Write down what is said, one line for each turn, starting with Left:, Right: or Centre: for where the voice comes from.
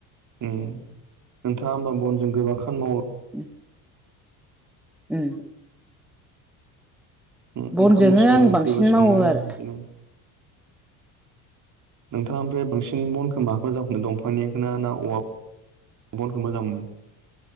Right: अम नोंथाङा होमबा बनजों गोबां खामानि मावो
Centre: उ उम
Right: ओम
Centre: बनजोंनो
Right: ओंखामबो सङो
Centre: आं
Right: ओंख्रिबो
Centre: बांसिन
Right: सङो
Centre: मावो आरो
Right: बिदिनो नोंथाङा ओमफ्राय बांसिन बनखौ माखौ मोजां मोनो दंफांनिखौ ना औवा बनखौ मोजां मोनो